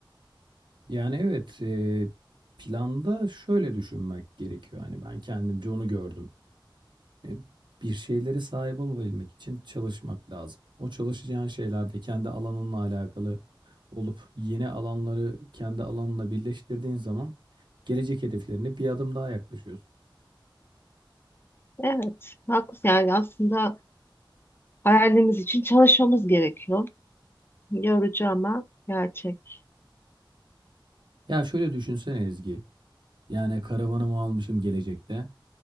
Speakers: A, on the right; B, on the left.
A: Yani evet e, planda şöyle düşünmek gerekiyor. Hani ben kendimce onu gördüm. E, bir şeylere sahip olabilmek için çalışmak lazım. O çalışacağın şeylerde kendi alanınla alakalı olup yeni alanları kendi alanla birleştirdiğin zaman gelecek hedeflerine bir adım daha yaklaşıyorsun.
B: Evet, haklısın. Yani aslında hayalimiz için çalışmamız gerekiyor. Yorucu ama gerçek.
A: Ya şöyle düşünsene Ezgi. Yani karavanımı almışım gelecekte.